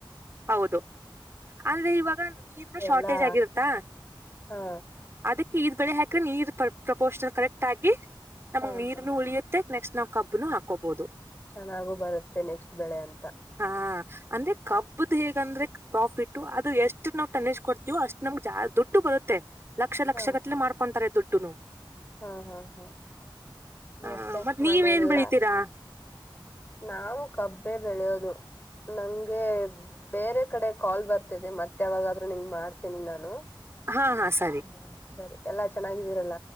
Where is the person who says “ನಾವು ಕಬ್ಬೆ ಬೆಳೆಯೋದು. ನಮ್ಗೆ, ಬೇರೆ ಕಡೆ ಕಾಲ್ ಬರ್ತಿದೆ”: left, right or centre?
Left